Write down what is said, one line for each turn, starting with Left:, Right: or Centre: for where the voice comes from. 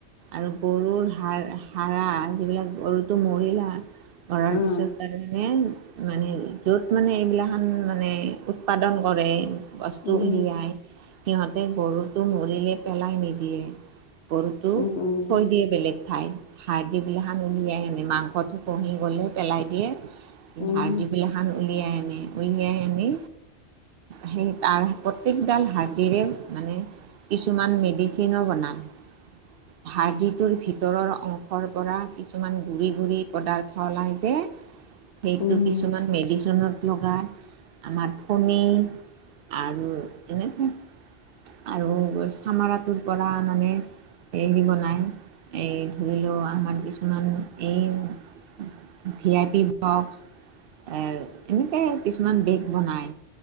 Right: আৰু গৰুৰ হা- হাৰা যিবিলাক গৰুটো মৰিলা। কৰাৰ
Left: অ
Right: পিছত তাৰমানে। মানে যত মানে এইবিলাক লা খান মানে উৎপাদন কৰে। বস্তু
Left: উম
Right: উলিয়াই সিহঁতে গৰুটো মৰিলে পেলাই নিদিয়ে। গৰুটো
Left: উম উম
Right: থৈ দিয়ে বেলেগ ঠাইত। সাৰ দি পিলা খান উলিয়াই হেনে মাংসটো কহি গ'লে পেলাই দিয়ে।
Left: উম
Right: হাৰ দি বিলা খ উলিয়াই আনে উলিয়াই আনি সেই। তাৰ প্ৰত্যেকডাল হাৰ্ডিৰে মানে কিছুমান মেডিচিনো বনায়। হয়। হাৰডিটোৰ ভিতৰৰ অংশৰ পৰা কিছুমান গুৰি গুৰি পদাৰ্থ ওলাই যে সেইটো
Left: উম
Right: কিছুমান মেডিচিনত লগাই আমাৰ ফণী আৰু এনেকে আৰু চামৰাটোৰ পৰা মানে এইদি বনায় এই ধৰি লও আমাৰ কিছুমান এই ভি আই পি বক্স এ এনেকাই কিছুমান বেগ বনাই